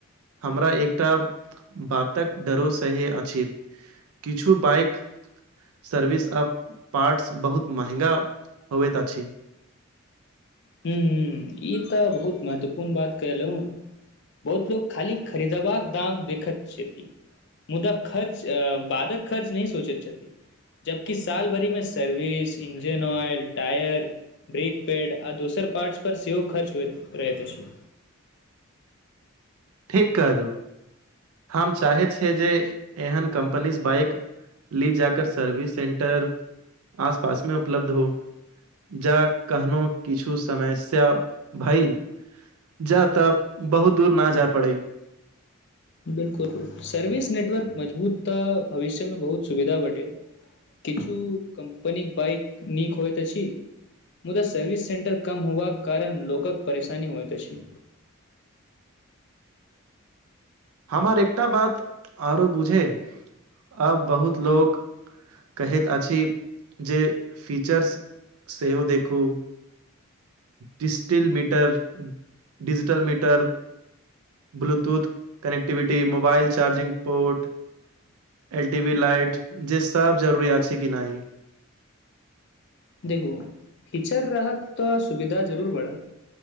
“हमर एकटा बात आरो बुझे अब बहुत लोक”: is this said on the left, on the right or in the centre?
Right